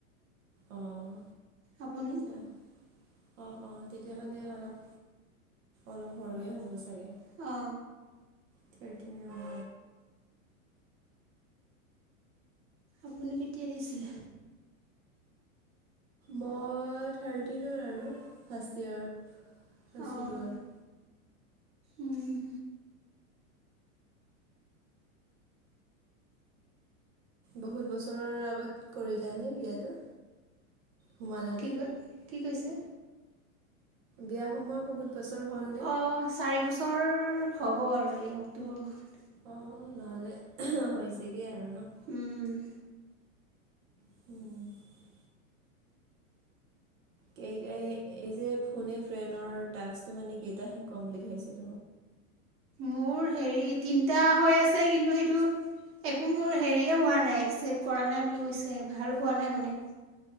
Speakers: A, on the right; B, on the right.
A: অহ
B: আপুনি
A: এহ অ অ তেতিয়াহ'লে অলপ অলপ সৰুৱে হ'ব চাগে
B: অ
A: তে তে অহ
B: আপুনি কেতিয়া দিছিলে
A: মই থাৰ্টিনত আৰু ফাৰ্ষ্ট ইয়েৰত আছিলো
B: অঁ
A: আৰু
B: উম
A: বহুত বছৰৰ আগত কৰিলানে বিয়াটো সোমালানে
B: কি ক কি কৈছে
A: বিয়া সোমোৱা বহুত বছৰ হল
B: অ চাৰি বছৰ হ'ব আৰু এই অক্টোবৰ মাহত
A: অ নহলে এ'হ হৈছেগে আৰু ন
B: উম
A: উম কেইটা এই যে ফোনে ফ্ৰেনৰ টাস্কটো মানে কেইটাহে কমপ্লিট হৈছে
B: মোৰ হেৰি তিনটা হৈ আছে কিন্তু সেইটো একো মোৰ হেৰি হোৱা নাই, এক্সচেপ কৰা নাই বুলি কৈছে, ভাল হোৱা নাই মানে।